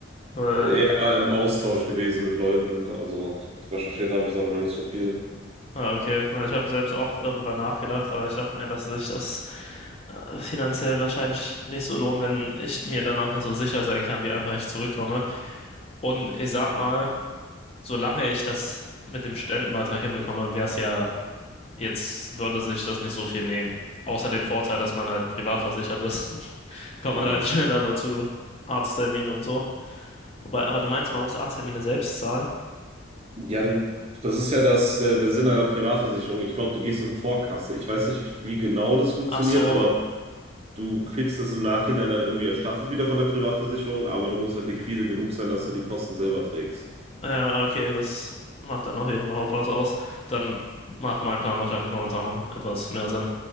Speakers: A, on the left; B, on the right.
A: Weil
B: Eher im Austausch gewesen mit Leuten, also recherchiert habe ich da noch nicht so viel.
A: Ah, okay. Na, Ich habe selbst auch darüber nachgedacht, aber ich dachte mir, dass sich das finanziell wahrscheinlich nicht so lohnt, wenn ich mir danach nicht so sicher sein kann, wie einfach ich zurückkomme. Und ich sag mal, solange ich das mit dem Studentenbeitrag hinbekomme, wäre es ja, jetzt würde sich das nicht so viel nehmen. Außer den Vorteil, dass man halt privat versichert ist, <laughs> kommt
B: Ja.
A: man halt schneller aber zu Arztterminen und so. Wobei, aber du meinst, man muss Arzttermine selbst zahlen?
B: Ja, du, das ist ja das, der, der Sinn einer Privatversicherung. Ich glaube, du gehst in Vorkasse. Ich weiß nicht, wie genau das funktioniert,
A: Ach so,
B: aber du kriegst es im Nachhinein dann irgendwie erstattet wieder von der Privatversicherung, aber du musst halt liquide genug sein, dass du die Kosten selber trägst.
A: Ah Ja, okay, das macht dann auf jeden Fall auch was aus. Dann macht mein Plan wahrscheinlich momentan noch etwas mehr Sinn.